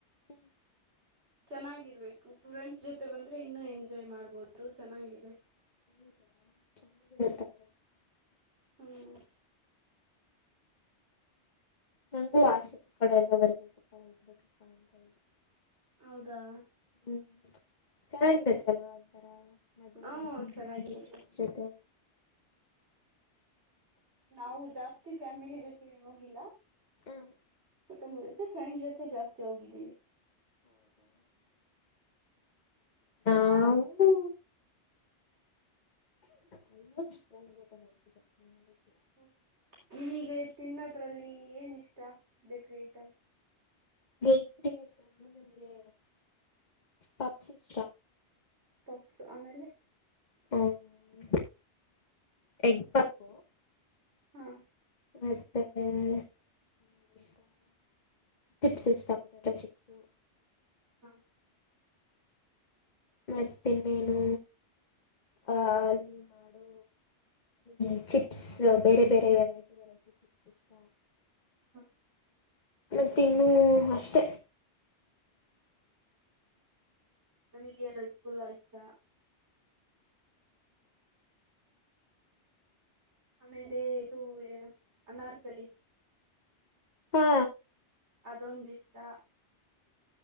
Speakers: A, on the left; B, on the right.
A: ಹ್ಮ್.
B: ಚೆನ್ನಾಗಿರ್ಬೇಕು ಫ್ರೆಂಡ್ಸ್ ಜೊತೆ ಬಂದ್ರೆ ಇನ್ನು ಎಂಜಾಯ್ ಮಾಡ್ಬೋದು ಚೆನ್ನಾಗಿದೆ.
A: <unintelligible>
B: ಹ್ಮ್.
A: ನಂಗೂ ಆಸೆ ಕಡೆ ಎಲ್ಲ ಬರ್ಬೇಕಪ್ಪ ಹೋಗ್ಬೇಕಪ್ಪಾ ಅಂತ ಇದೆ.
B: ಹೌದಾ.
A: ಹ್ಮ್ ಚೆನ್ನಾಗಿರತ್ತಲ್ವಾ ಒಂತರ ಮಜಾ
B: ಹ
A: ಮಾಡ್ಕೊಂಡ್
B: ಚೆನ್ನಾಗಿರುತ್ತೆ
A: ಬರ್ಬಹುದು ಫ್ರೆಂಡ್ಸ್ ಜೊತೆ.
B: ನಾವು ಜಾಸ್ತಿ ಫ್ಯಾಮಿಲಿ ಜೊತೆಗೇನ್ ಹೋಗಿಲ್ಲ.
A: ಹ್ಮ್.
B: ಕುಟುಂಬದ ಜೊತೆ ಫ್ರೆಂಡ್ಸ್ ಜೊತೆ ಜಾಸ್ತಿ ಹೋಗಿದ್ದೀವಿ.
A: ಹೌದಾ. ನಾವು. ಆಲ್ಮೋಸ್ಟ್ ಫ್ರೆಂಡ್ ಜೊತೇನೆ ಹೋಗಿರೋದು <unintelligible>
B: ಹ್ಮ್ ನಿಮಿಗೆ ತಿನ್ನೋದ್ರಲ್ಲಿ ಏನಿಷ್ಟ ಬೇಕ್ರಿ ಐಟಮ್.
A: ಬೇಕ್ರಿ ಐಟಂ ಅಲ್ಲ್ ನಂಗೆ ಪಪ್ಸ್ ಇಷ್ಟ.
B: ಪಪ್ಸ್ ಆಮೇಲೆ.
A: <unintelligible> ಎಗ್ ಪಫ್
B: ಹಾ.
A: ಮತ್ತೆ ಏನಿಷ್ಟ ಚಿಪ್ಸ್ ಇಷ್ಟ ಪೊಟ್ಯಾಟೊ ಚಿಪ್ಸು.
B: ಹಾ.
A: ಮತ್ತಿನ್ನೇನು ಆ ಅಲ್ಲಿ ಮಾಡೋ ಈ ಚಿಪ್ಸ್ ಬೇರೆ ಬೇರೆ ವೆರೈಟಿ ವೆರೈಟಿ ಚಿಪ್ಸ್ ಇಷ್ಟ.
B: ಹ
A: ಮತ್ತಿನ್ನೂ ಅಷ್ಟೆ.
B: ನಮಿಗೆ ರಸ್ಗುಲ್ಲ ಇಷ್ಟ. ಆಮೇಲೆ ಇದು ಅನಾರ್ಕಲಿ.
A: ಹಾ.
B: ಅದೊಂದಿಷ್ಟ.